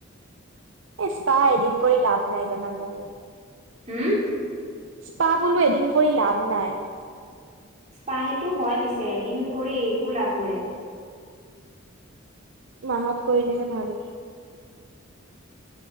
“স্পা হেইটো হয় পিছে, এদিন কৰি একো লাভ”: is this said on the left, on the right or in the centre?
Right